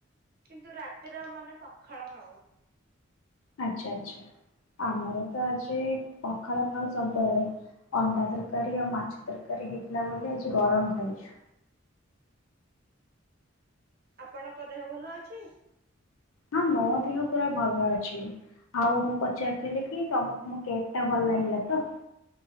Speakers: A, on the right; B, on the left.
A: କିନ୍ତୁ ରାତିରେ ଆମ ମାନେ ପଖାଳ ଖାଉ।
B: ଆଚ୍ଛା ଆଚ୍ଛା ଆମର ତ ଆଜି ପଖାଳଖାଉ ସବୁବେଳେ ଅଣ୍ଡା ତରକାରୀ ଆଉ ମାଛ ତରକାରୀ ହେଇଥିଲା ବୋଲି ଆଜି ଗରମ ଖାଇଛୁ।
A: ଆପଣଙ୍କ ଦେହ ଭଲ ଅଛି?
B: ହଁ ମୋ ଦେହ ପୁରା ଭଲ ଅଛି। ଆଉ ମୁଁ ପଚାରୁିଥିଲି କି ତମକୁ ମୋ କେକ୍ ଟା ଭଲ ଲାଗିଲା ତ?